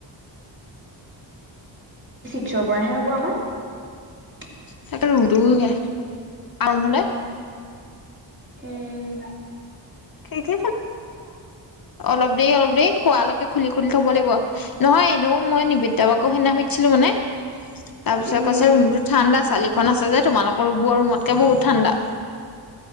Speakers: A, on the right; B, on the left.
A: পিছৰ পৰাহে হ'ব আমাৰ।
B: তাতে ৰূমতো <unintelligible>
A: উম'
B: <unintelligible> কি আৰু অলপ দেৰি-অলপ দেৰি হোৱালৈকে খুলি-খুলি থব লাগিব নহয়, এনেও মই নিবিদ্য প- আকৌ সেইদিনি সুধছিলো মানে, তাৰ পিছত
A: উম
B: কৈছে ৰুমটো ঠা- <unintelligible> আছে যে, তোমালোকৰ বোৰ ৰুমতকে বহুত ঠাণ্ডা।